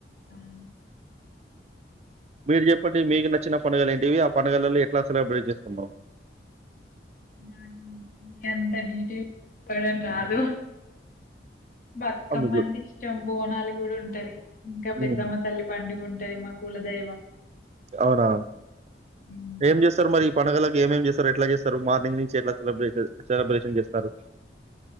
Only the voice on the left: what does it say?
అవును.
న నీ అంత డిటేల్ గ చెప్పడం రాదు బతుకమ్మ
అంటే ఇష్టం బోనాలు కూడా ఉంటది ఇంకా
పెద్దమ్మ తల్లి పండుగ ఉంటది మా కులదైవం అ
ఉమ్,